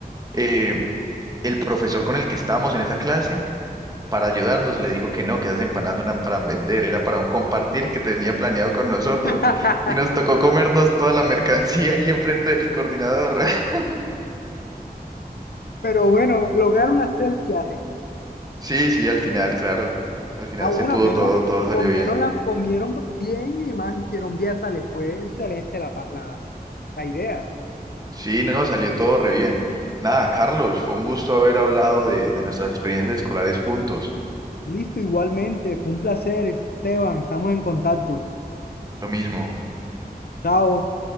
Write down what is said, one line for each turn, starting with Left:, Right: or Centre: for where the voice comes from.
Right: Eh, el profesor con el que estábamos en esa clase, para ayudarnos, le dijo que no, que esas empanadas no eran para vender, era para un compartir que tenía planeado con nosotros.
Left: <laughs>
Right: Y nos tocó comernos toda la mercancía ahí enfrente del coordinador. <laughs>
Left: Pero bueno, lograron hacer el viaje.
Right: Sí, sí, al final, claro, al final
Left: Ah, bueno,
Right: se pudo
Left: al menos
Right: todo, todo salió
Left: comieron,
Right: bien.
Left: la, comieron bien y más hicieron viaza. Le fue excelente la, pa- la, la idea.
Right: Sí, no, salió todo re bien. Nada, Carlos, fue un gusto haber hablado de, de nuestras experiencias escolares juntos.
Left: Listo, igualmente. Fue un placer, Esteban. Estamos en contacto.
Right: Lo mismo.
Left: Chao.